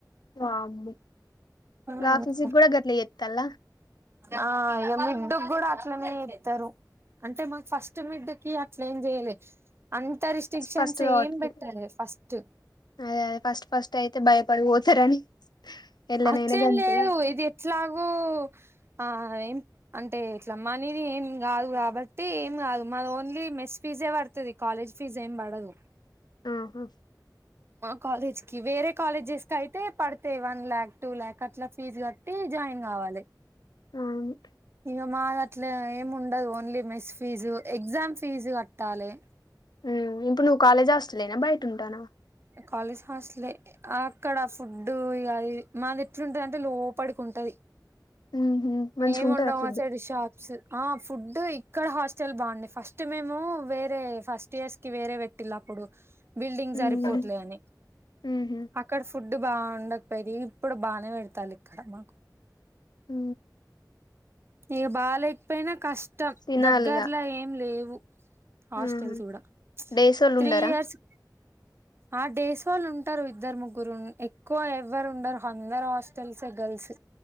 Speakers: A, on the left; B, on the right.
A: వామ్మో
B: అది
A: గా ఫీస్ కూడా గట్ల చెత్తల్ల
B: ఆ ఇగ మిడ్డు కూడా అట్లనే చెత్తరు అంటే మక్ ఫస్ట్ మిడ్ కి అట్ ట్లెం చేయాలె అంత రిస్ట్రిక్షన్స్
A: ఫస్ట్ ఫస్ట్ కాబట్టికి
B: ఏం పెట్టాలే ఫస్ట్
A: అదే అదే ఫస్ట్ ఫస్ట్ అయితే భయపడి పోతారని ఎల్లనైనా
B: అట్లేం
A: గంతే
B: లేదు ఇది ఎట్లాగు ఆ ఏం అంటే ఇట్లా మనీది ఏం కాదు కాబట్టి ఏం కాదు మన ఓన్లీ మెస్ ఫీజే పడుతది కాలేజ్ ఫీజ్ ఏం పడదు
A: ఆహా
B: మా కాలేజ్ కి వేరే కాలేజెస్ కయితే పడతాయి వన్ ల్యాక్ టూ ల్యాక్ అట్లా ఫీజు కట్టి జాయిన్ కావాలే
A: అవును
B: ఇగ మాదట్లా ఏముండదు only mess fees exam fees కట్టాలే
A: హు ఇప్పుడు నువ్వు కాలేజ్ హాస్టల్ ఏనా బయట ఉంటుంటనవా
B: కాలేజ్ హాస్టలే అక్కడ ఫుడ్ ఇగ అది మాది ఎట్లుంటదంటే లోపడికి ఉంటది
A: ఉహు మంచిగా
B: ఎం
A: ఉంటదా
B: ఉండవు
A: ఫుడ్
B: ఆ సైడ్ షాప్స్ ఆ ఫుడ్ ఇక్కడ హాస్టల్ బాగుండే ఫస్ట్ మేము వేరే ఫస్ట్ ఇయర్స్ కి వేరే పెట్టిళ్ళు అప్పుడు బిల్డింగ్
A: ఉహు
B: సరిపో లే అని
A: ఉహు
B: అక్కడ ఫుడ్ బాగుండ పెరి ఇప్పుడు బానే పెడతాలే ఇక్కడ మాకు
A: ఉ
B: నీక బాాలకపోయినా కష్టం
A: తినాలిగా
B: దగ్గరలో ఏం లేవు హాస్టల్స్
A: ఉహు
B: కూడా
A: డేసోళ్ళు
B: త్రీ
A: ఉండరా
B: ఇయర్స్ ఆ డేస్ఒళ్ళు ఉంటారు ఇద్దరు ముగ్గురు ఎక్కువ ఎవ్వరు ఉండరు అందరు హాస్టల్స్ గర్ల్స్